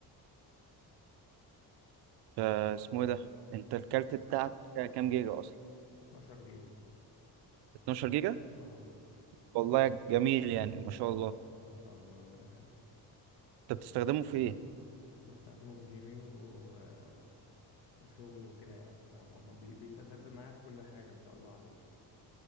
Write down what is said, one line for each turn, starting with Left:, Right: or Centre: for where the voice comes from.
Right: آه، اسمه ايه ده انت الكارت بتاعك كام جيجا اصلا
Left: 12 جيجا
Right: 12 جيجا
Left: اه
Right: والله جميل يعني ما شاء الله
Left: ما شاء الله ربنا يخليك
Right: انت بتستخدمه في ايه
Left: بستخدمه في جيمنج و... آه، وشغل وكده يعني فهو ما بي- بيسدد معايا في كل حاجة ما شاء الله عليه يعني.